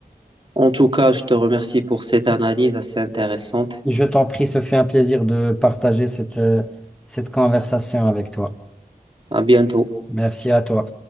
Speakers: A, on the right; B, in the centre.
A: En tout cas, je te remercie pour cette analyse assez intéressante.
B: Je t'en prie, ce fut un plaisir de partager cette, euh, cette conversation avec toi.
A: À bientôt.
B: Merci à toi.